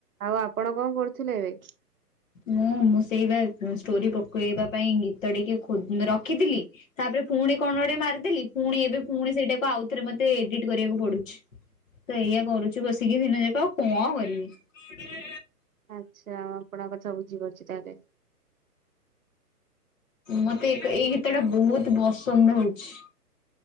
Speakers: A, on the right; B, on the left.
A: ଆଉ, ଆପଣ କଣ କରୁଥିଲେ ଏବେ?
B: ମୁଁ, ମୁଁ ସେଇ ବା ଷ୍ଟୋରି ପକେଇବା ପାଇଁ ଗୀତ ଟିକେ ଖୋ- ରଖିଥିଲି। ତାପରେ, ପୁଣି କଣ ଗୋଟେ ମାରିଦେଲି। ପୁଣି ଏବେ ପୁଣି ସେଇଟାକୁ ଆଉଥରେ ମତେ ଏଡିଟ କରିବାକୁ ପଡୁଛି। ସେଇଆ କରୁଛି ବସିକି ଦିନ ଯାକ। ଆଉ କଣ କରିବି?
A: ଆଚ୍ଛା। ଆପଣଙ୍କ କଥା ବୁଝିପାରୁଛି ତାହେଲେ।
B: ମତେ ଏଇ ଗୀତଟା ବହୁତ ପସନ୍ଦ ହଉଛି।